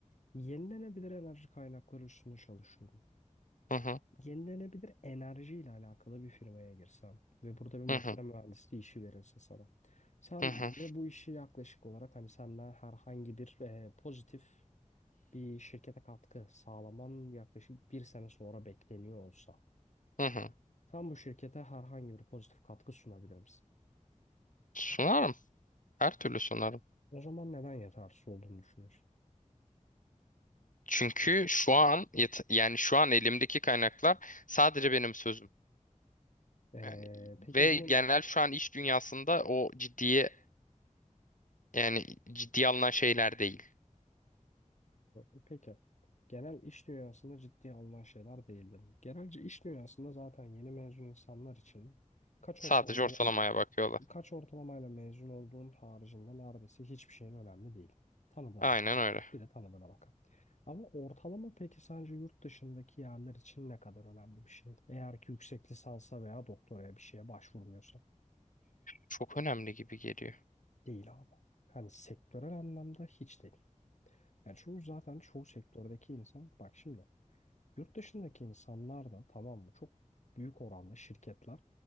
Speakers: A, on the left; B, on the left.
A: Yenilenebilir enerji kaynakları üstünde çalışıyorum.
B: Hı hı.
A: Yenilenebilir enerji ile alakalı bir firmaya girsen ve burada bir makine
B: Hı hı,
A: mühendisliği işi verilse sana. Sen
B: hı hı,
A: ve bu işi yaklaşık olarak hani senden herhangi bir e, pozitif bir şirkete katkı sağlaman yaklaşık bir sene sonra bekleniyor olsa.
B: hı hı.
A: Sen bu şirkete herhangi bir pozitif katkı sunabilir misin?
B: Sunarım. Her türlü sunarım.
A: O zaman neden yetersiz olduğunu düşünüyorsun?
B: Çünkü şu an yet- yani şu an elimdeki kaynaklar sadece benim sözüm.
A: Ee,
B: Yani
A: peki
B: ve
A: bunun
B: genel şu an iş dünyasında o ciddiye yani ciddiye alınan şeyler değil.
A: ee, peki genel iş dünyasında ciddiye alınan şeyler değildir. Genelce iş dünyasında zaten yeni mezun insanlar için kaç
B: Sadece
A: ortalamayla
B: ortalamaya bakıyorlar.
A: kaç ortalamayla mezun olduğun haricinde neredeyse hiçbir şeyin önemli değil. Tanıdığına
B: Aynen
A: bakar.
B: öyle.
A: Bir de tanıdığına bakar. Ama ortalama peki sence yurt dışındaki yerler için ne kadar önemli bir şey? Eğer ki yüksek lisansa veya doktoraya bir şeye başvurmuyorsa.
B: Çok önemli gibi geliyor.
A: Değil abi. Hani sektörel anlamda hiç değil. Yani çünkü zaten çoğu sektördeki insan bak şimdi yurt dışındaki insanlar da tamam mı çok büyük oranda şirketler